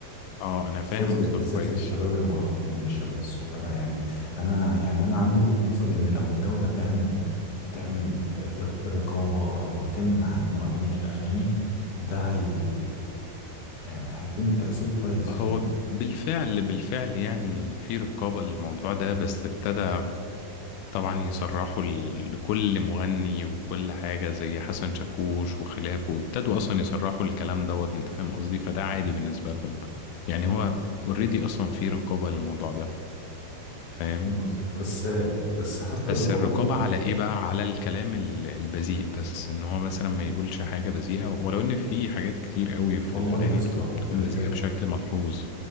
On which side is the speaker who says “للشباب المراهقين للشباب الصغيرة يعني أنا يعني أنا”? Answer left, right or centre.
Left